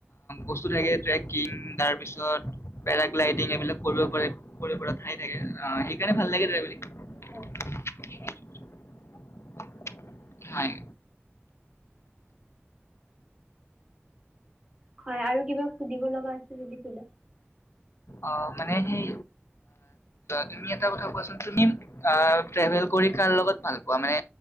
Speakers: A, on the left; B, on the right.
A: বস্তু থাকে ট্ৰেকিং তাৰ পিছত পেৰাগ্লাইডিং এইবিলাক কৰিব পাৰে কৰিব ঠাই থাকে সেইকাৰণে ভাল লাগে ট্ৰেভেলিং
B: হয়!
A: <unintelligible> হয়
B: হয় আৰু কিবা সুধিব লগা, চিলিকুলা,
A: অ মানে সেই তুমি এটা কথা কোৱাচোন তুমি ট্ৰেভেল কৰি কাৰ লগত ভাল পোৱা মানে